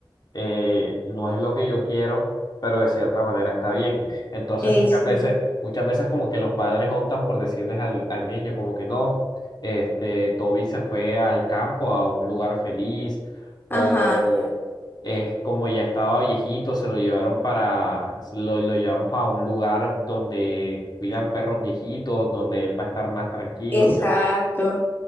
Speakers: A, on the left; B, on the left.
A: eh, no es lo que yo quiero, pero de cierta manera está bien. Entonces
B: eh,
A: muchas
B: sí,
A: veces, muchas veces como que los padres optan por decirles al, al niño como que no, este, Toby se fue al campo, a un lugar feliz. Mm. O,
B: ajá,
A: eh, como ya estaba viejito, se lo llevaron para, se lo, lo llevamos a un lugar donde cuidan perros viejitos, donde él va a estar más tranquilo
B: exacto.
A: y así.